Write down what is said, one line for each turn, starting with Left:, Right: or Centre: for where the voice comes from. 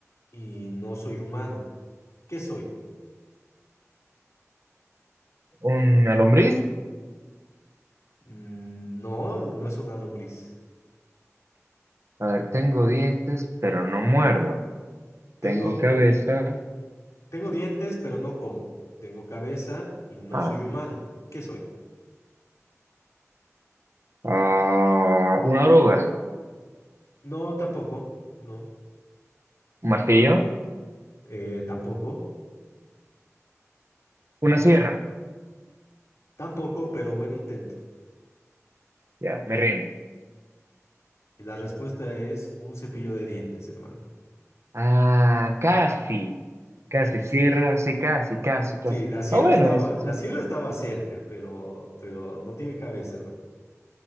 Left: y no soy humano. ¿Qué soy?
Right: ¿una
Left: A ver.
Right: lombriz?
Left: Mm, No, no es una lombriz.
Right: A ver, tengo dientes, pero no muerdo.
Left: Tengo,
Right: Tengo cabeza.
Left: tengo dientes, pero no como. Tengo cabeza y no
Right: Ah,
Left: soy humano. ¿Qué soy?
Right: ah, una oruga,
Left: No, tampoco. No.
Right: un martillo,
Left: Eh, tampoco.
Right: una sierra.
Left: Tampoco, pero buen intento.
Right: Ya, me rindo.
Left: La respuesta es un cepillo de dientes, hermano.
Right: Ah, casi, casi,
Left: Es-
Right: sierra, sí, casi, casi, casi.
Left: Sí, la sierra
Right: Está bueno
Left: estaba,
Right: eso,
Left: la
Right: sí.
Left: sierra estaba cerca, pero, pero no tiene cabeza, hermano.